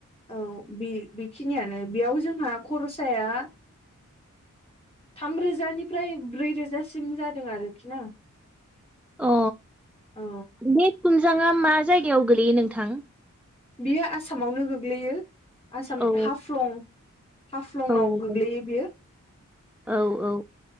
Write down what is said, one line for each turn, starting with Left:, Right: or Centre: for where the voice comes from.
Left: औ बे बेखिनियानो बेयाव जोंहा खरसाया थामरोजानिफ्राय ब्रै रोजासिम जादों आरोखि ना।
Centre: अ
Left: औ
Centre: बे तुमजांङा मा जायगायाव गोलैयो नोंथां?
Left: बियो आसामावनो गोग्लैयो आसाम
Centre: औ
Left: हाफ्लं हाफ्लंआव
Centre: औ
Left: गोग्लैयो
Centre: औ
Left: बियो।
Centre: औ औ